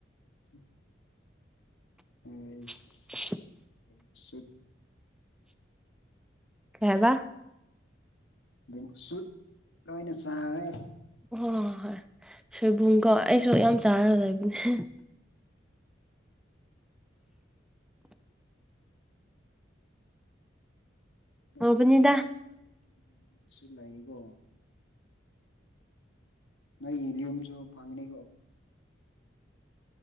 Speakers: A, on the left; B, in the centre.
A: ꯎꯝ <unintelligible>
B: <unintelligible>
A: <unintelligible>
B: ꯀꯩ ꯍꯥꯏꯕ
A: ꯃꯣ ꯁꯨꯠ ꯂꯣꯏꯅ ꯆꯥꯔꯦ
B: ꯍ ꯍꯣꯏ ꯍꯣꯏ ꯁꯣꯏꯕꯨꯝꯀꯣ ꯑꯩꯁꯨ ꯌꯥꯝ ꯆꯥꯔꯒ ꯂꯩꯕꯅꯦ
A: ꯑ
B: ꯑꯣꯕꯗ
A: ꯌꯨꯝꯁꯨ ꯂꯩꯕꯣ ꯅꯣꯏ ꯂꯤꯌꯨꯝꯁꯨ ꯐꯪꯅꯤ